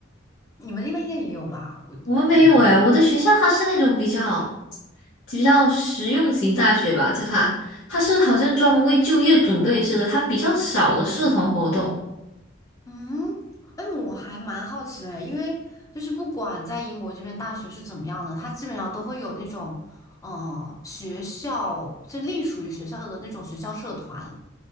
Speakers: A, on the left; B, on the left.
A: 你们那边应该也有吧？我觉得。
B: 我们没有哎。我的学校它是那种比较比较实用型大学吧，叫它，它是好像专门为就业准备似的，它比较少的社团活动，
A: 嗯，哎，我还蛮好奇的诶，因为就是不管在英国这边大学是怎么样的，它基本上都会有那种，嗯、学校就隶属于学校的那种学校社团。